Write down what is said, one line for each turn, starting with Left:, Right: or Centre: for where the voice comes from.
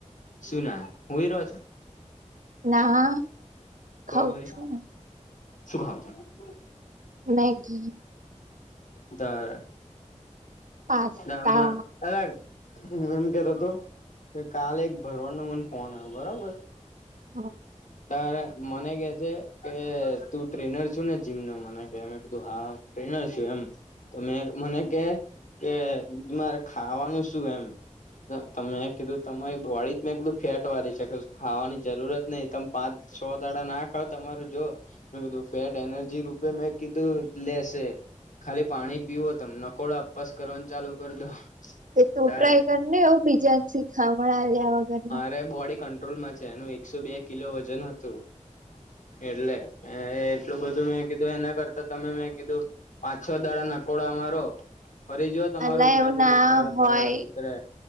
Left: શું ના હુંય રો છો?
Right: ના હા ખઉ
Left: તો પછી
Right: જ છુંને.
Left: શું ખાવ છો?
Right: મેગી
Left: તારે
Right: પાસ્તા
Left: તે એમાં. અરે હુ એમ કેતો તો કે કાલે ભરવાડ નો મને ફોન આયો હ બરોબર.
Right: હા
Left: તારે મને કે છે કે તું ટ્રેનર છુ ને જીમ નો મને તે મેં કધું હા ટ્રેનર છું એમ તો મે મને કે કે મારે ખાવાનું શું એમ તો મે કીધું તમારી બોળી જ મેં કીધું ફેટ વાળી છે કસુ ખાવાની જરૂરત નહી તમ પાંચ છ દાડા ના ખાવ તમાર જો મે કીધું ફેટ એનર્જી રૂપે મેં કીધું લેશે ખાલી પાણી પીવો તમે નકોડા અપ્પાસ કરવાનું ચાલુ કરી દો
Right: તે તું
Left: તારે
Right: ટ્રાય કરી ને આવું બીજા ને શીખામણ આલ્યા વગરનો
Left: અ બોડી કંટ્રોલમાં છે એનું એકસો બે કિલો વજન હતું એટલે હ એટલું બધું મેં કીધું એના કરતા તમે મેં કીધું પાંચ છો દાડા નકોડા મા રો ફરી જોઓ તમારું
Right: અલા એવું
Left: ને કધું
Right: ના
Left: તડ
Right: હોય
Left: દડ ઉતરે